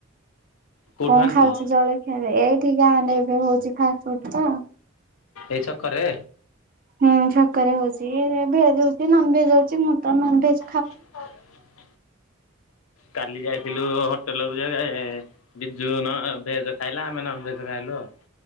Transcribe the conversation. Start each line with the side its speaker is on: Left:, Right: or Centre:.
Left: କୋଉଠୁ
Right: କଣ
Left: ଆଣିଥିଲୁ?
Right: ଖାଉଚୁ ଜଳଖିଆ ରେ ଏଇଠି ବାହାରେ ହଉଛି ଫାଷ୍ଟ ଫୁଡ ତ
Left: ଏଇ ଛକ ରେ
Right: ହୁଁ ଛକରେ ହଉଛି ଏବେ ଭେଜବି ନନଭେଜ୍ ହଉଛି ନନଭେଜ
Left: <unintelligible> କାଲି ଯାଇଥିଲୁ ହୋଟେ ଲ ଜାଗା ଏ ବିଜୁ ନ ଭେଜ୍ ଖାଇଲା ଆମେ ନନ୍ ଭେଜ୍ ଖାଇଲୁ ଆଉ।